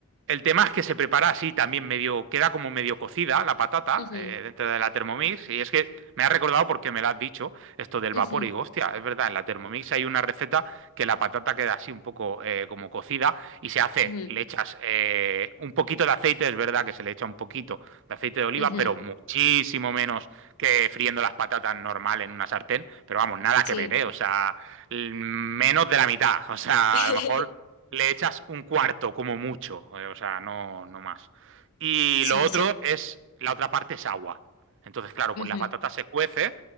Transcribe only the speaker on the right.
El tema es que se prepara así también medio, queda como medio cocida la patata
eh, dentro de la Thermomix. Y es que me ha recordado porque me lo has dicho, esto del
vapor. Y digo, hostia, es verdad, en la Thermomix hay una receta que la patata queda así un poco eh, como cocida y se hace,
le echas eh, un poquito de aceite, es verdad que se le echa un poquito de aceite de oliva,
pero muchísimo menos que friendo las patatas normal en una sartén. Pero vamos, nada
que ver, ¿eh? O sea, l- menos de la mitad. O sea,
a lo mejor le echas un cuarto como mucho, eh, o sea, no, no más. Y
lo otro
es, la otra parte es agua. Entonces, claro,
pues la patata se cuece,